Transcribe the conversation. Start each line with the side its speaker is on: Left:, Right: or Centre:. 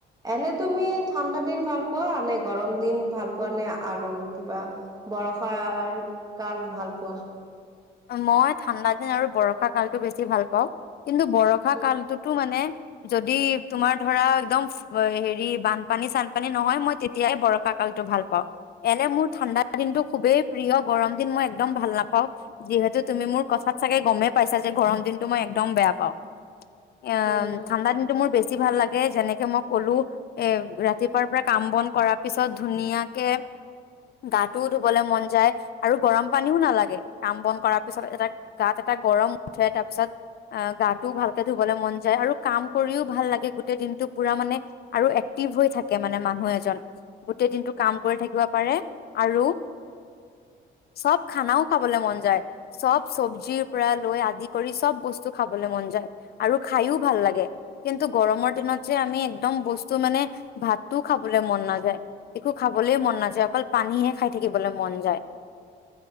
Right: এনে তুমি ঠাণ্ডা দিন ভাল পোৱা নে, গৰম দিন ভাল পোৱা নে, আৰু কিবা বৰষাৰ কাল ভাল পোৱা?
Left: মই ঠাণ্ডা দিন আৰু বৰষা কালতো বেছি ভাল পাওঁ। কিন্তু বৰষা
Right: উম,
Left: কালটোতো মানে যদি তোমাৰ ধৰা একদম হেৰি বানপানী চানপানী নহয়, মই তেতিয়াই বৰষা কালতো ভাল পাওঁ, এনে মোৰ ঠাণ্ডা দিনটো খুবেই প্ৰিয়, গৰম দিন মই একদম ভাল নাপাওঁ। যিহেতু তুমি মোৰ কথাত চাগে গমেই পাইছা যে গৰম দিনতটো মই একদম বেয়া পাওঁ। অ'
Right: উম,
Left: ঠাণ্ডা দিনটো মোৰ বেছি বেছি ভাল লাগে। যেনেকে মই ক'লো এ ৰাতিপুৱাৰ পৰা কাম বন কৰাৰ পিছত ধুনীয়াকে গাটোও ধুবলে মন যায় আৰু গৰম পানীও নালাগে। কাম বন কৰা পিছত এটা গাত এটা গৰম উঠে, তাৰ পিছত আহ গাটোও ভালকে ধুবলৈ মন যায় আৰু কাম কৰিও ভাল লাগে গোটেই দিনটো পুৰা মানে আৰু এক্টিভ হৈ থাকে মানে মানুহ এজন গোটেই দিনটো কাম কৰি থাকিব পাৰে আৰু চব খানাও খাবলৈ মন যায়, চব চব্জিৰ পৰা লৈ আদি কৰি চব বস্তু খাবলৈ মন যায় আৰু খাইও ভাল লাগে। কিন্তু গৰমৰ দিনত যে আমি একদম বস্তু মানে ভাতটোও খাবলৈ মন নাযায় একো খাবলে মন নাযায় অকল পানীহে খাই থাকিবলৈ মন যায়।